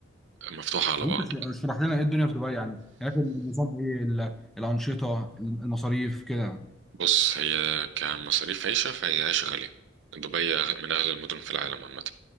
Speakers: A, on the right; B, in the centre.
A: مفتوحة على
B: وأنت
A: بعض
B: اشرح لنا إيه الدنيا في دبي يعني هناك النظام إيه ال- الأنشطة المصاريف كده
A: بص هي كمصاريف عيشة فهي عيشة غالية دبي أغ- من اغلى المدن في العالم عامة